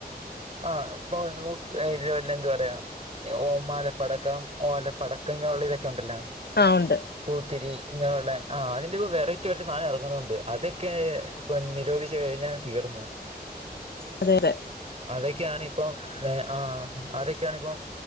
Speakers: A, on the right (about 40°); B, on the left (about 85°).
A: ആഹ് ഇപ്പൊ വല്ല എന്താ പറയാ ഓമാല പടക്കം ഓല പടക്കം ഇങ്ങനെുള്ള ഇതൊക്കെ ഉണ്ടല്ലോ
B: ആ ഉണ്ട്
A: പൂത്തിരി ഇങ്ങനെയുള്ള ആ അതിന്റെക്കെ വെറൈറ്റ- <unintelligible> സാധനം ഇറങ്ങുന്നുണ്ട് അതൊക്കെ ഇപ്പൊ നിരോധിച്ച് കഴിഞ്ഞാ തീർന്ന്
B: അതെ അതെ
A: അതൊക്കെയാണ് ഇപ്പം ആഹ് അതൊക്കെയാണ് ഇപ്പം